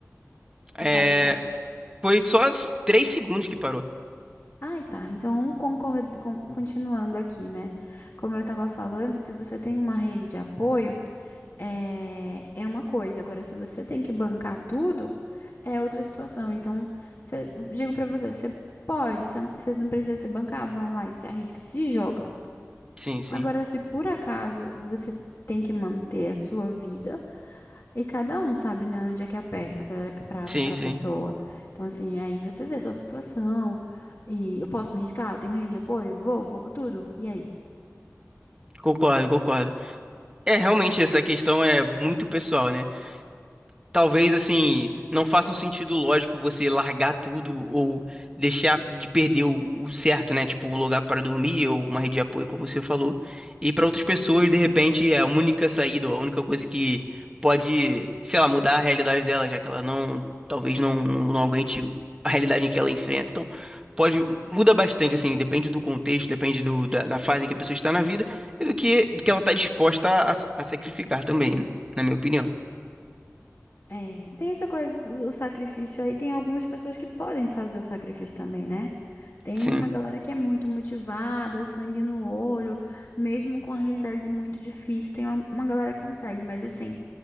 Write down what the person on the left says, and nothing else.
Você
sabe até.
Ai, tá. Então, concordo, con- continuando aqui, né? Como eu estava falando, se você tem uma rede de apoio, é, é uma coisa. Agora, se você tem que bancar tudo, é outra situação. Então, cê- digo pra você, você pode, você não cê não precisa se bancar, vai lá e se arrisca, se joga.
Agora, se por acaso você tem que manter a sua vida. E cada um sabe, né, onde é que aperta para
para
pessoa. Então, assim, aí você vê a sua situação. E eu posso me arriscar? Eu tenho rede de apoio? Vou, vou com tudo. E aí?
É, tem essa coisa, o sacrifício aí. Tem algumas pessoas que podem fazer o sacrifício também, né? Tem
uma galera que é muito motivada, sangue no olho, mesmo com a realidade muito difícil. Tem uma, uma galera que consegue, mas assim,